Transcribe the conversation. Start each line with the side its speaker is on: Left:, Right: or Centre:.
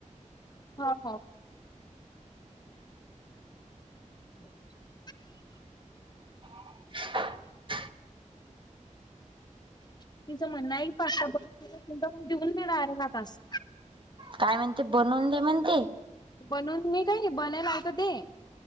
Left: हो हो <unintelligible>
Right: <inaudible>
Left: तिचं म्हणण हाय पास्ता बणून नाय अर्धा तास
Right: काय म्हणते बनवून दे म्हणते
Left: बनवून मी काय बनायला आहे ते दे